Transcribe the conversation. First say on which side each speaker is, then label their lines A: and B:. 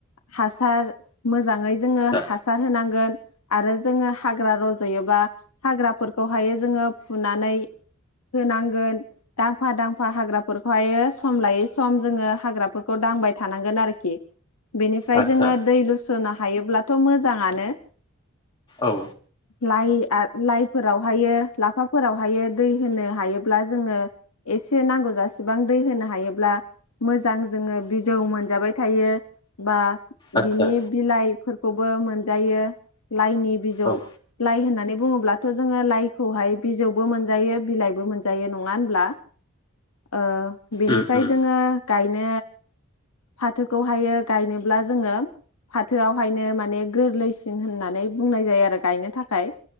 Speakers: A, on the left (about 85°); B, on the left (about 20°).
A: हासार मोजाङै जोङो
B: आदसा
A: हासार होनांगोन आरो जोङो हाग्रा रज'योबा हाग्राफोरखौहाय जोङो फुनानै होनांगोन दांफा दांफा हाग्राफोरखौहाय सम लायै सम जोङो हाग्राफोरखौ दांबाय थानांगोन आरोखि। बेनिफ्राय
B: आदसा
A: जोङो दै लु सुनो हायोब्लाथ' मोजाङानो
B: औ
A: लाइआ लाइफोरावहायो लाफाफोरावहायो दै होनो हायोब्ला जोङो एसे नांगौ जसेबां दै होनो हायोब्ला मोजां जोङो बिजौ मोनजाबाय थायो बा
B: आदसा
A: बिनि बिलाइ फोरखौबो मोनजायो लाइनि बिजौ
B: औ
A: लाइ होननानै बुंङो अब्लाथ' जोङो लाइखौहाय बिजौबो मोनजायो बिलाइबो मोनजायो नङा होनब्ला ओ बेनिफ्राय
B: उम उम
A: जोङो गायनो फाथोखौहायो गायनोब्ला जोङो फाथोआवहायनो माने गोरलैसिन होननानै बुंनाय जायो। आरो गायनो थाखाय